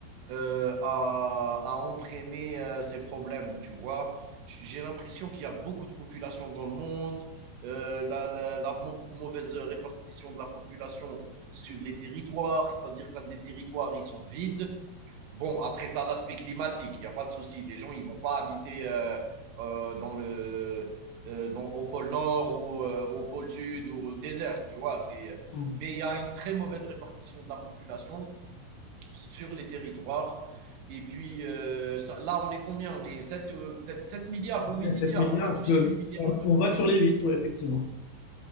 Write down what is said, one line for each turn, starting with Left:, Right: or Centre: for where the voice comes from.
Right: euh, a, a entraîné euh, ces problèmes, tu vois. J'ai l'impression qu'il y a beaucoup de populations dans le monde, euh, la, la, la mau- mauvaise répartition de la population sur les territoires, c'est-à-dire que tu as des territoires, ils sont vides, Bon, après, tu as l'aspect climatique, il n'y a pas de souci. Les gens, ils ne vont pas habiter euh, euh, dans le, euh, dans- au pôle Nord ou euh, au pôle Sud ou au désert, tu vois. C'est...
Left: Hmm.
Right: Mais il y a une très mauvaise répartition de la population sur les territoires. Et puis, euh, ça- là, on est combien On est 7, peut-être 7 milliards ou
Left: Les
Right: 8 milliards.
Left: 7 milliards,
Right: On va toucher
Left: on, peut-
Right: 8 milliards.
Left: on- on va sur les 8, ouais, effectivement.